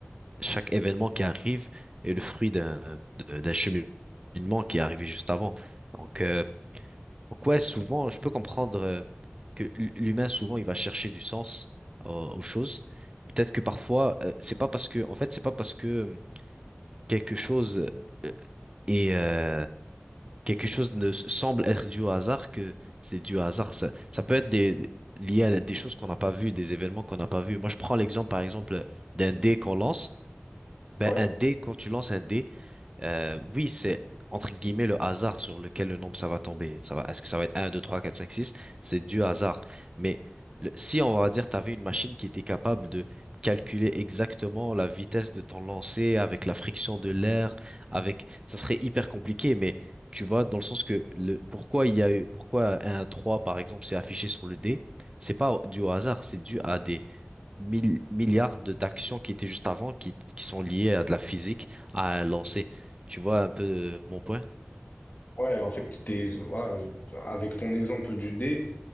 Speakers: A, on the right (about 25°); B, on the left (about 40°).
A: chaque événement qui arrive est le fruit d'un de- d'un cheminement qui est arrivé juste avant. Donc, euh, donc ouais, souvent, je peux comprendre euh, que l- l'humain souvent il va chercher du sens aux, aux choses. Peut-être que parfois, euh, c'est pas parce que, en fait, c'est pas parce que quelque chose euh, et euh, quelque chose ne s- semble être dû au hasard que c'est dû au hasard. Ça, ça peut être des, lié à des choses qu'on n'a pas vues, des événements qu'on n'a pas vus. Moi, je prends l'exemple, par exemple, d'un dé qu'on lance. Ben,
B: Ouais,
A: un dé, quand tu lances un dé, euh, oui, c'est entre guillemets le hasard sur lequel le nombre ça va tomber. Ça va, est-ce que ça va être un, 2, 3, 4, 5, six C'est du hasard. Mais le- si on va dire, tu avais une machine qui était capable de calculer exactement la vitesse de ton lancer avec la friction de l'air, avec, ça serait hyper compliqué, mais tu vois, dans le sens que le, pourquoi il y a eu, pourquoi un 3 par exemple c'est affiché sur le dé, c'est pas dû au hasard, c'est dû à des mille- milliards de- d'actions qui étaient juste avant, qui, qui sont liées à de la physique, à un lancer. Tu vois un peu mon point?
B: ouais, en fait, t'es, voilà, avec ton exemple du dé,